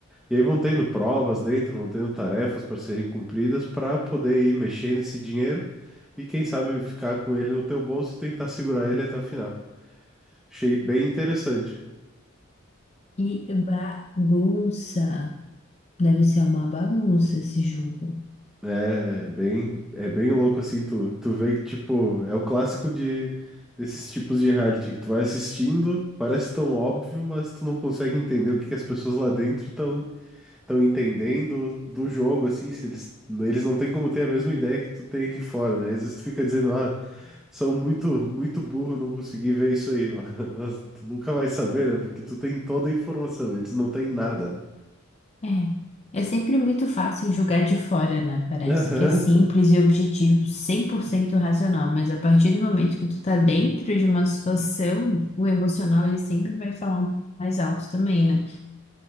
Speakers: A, in the centre; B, on the left.
A: E aí vão tendo provas dentro, vão tendo tarefas para serem cumpridas para poder ir mexendo esse dinheiro e quem sabe ficar com ele no teu bolso e tentar segurar ele até o final. Achei bem interessante.
B: E bagunça. Deve ser uma bagunça esse jogo.
A: É bem, é bem louco assim, tu, tu vê que tipo, é o clássico de desses tipos de reality que tu vai assistindo, parece tão óbvio, mas tu não consegue entender o que que as pessoas lá dentro estão estão entendendo do jogo, assim, se eles, eles não têm como ter a mesma ideia que tu tem aqui fora, né? Às vezes tu fica dizendo, ah, são muito, muito burro, não consegui ver isso aí, <laughs> mas, mas tu nunca vai saber, né? Porque tu tem toda a informação, eles não têm nada, né?
B: É, é sempre muito fácil julgar de fora, né? Parece
A: Aham.
B: que é simples e objetivo, 100% racional, mas a partir do momento que tu tá dentro de uma situação, o emocional ele sempre vai falar um pouco mais alto também, né?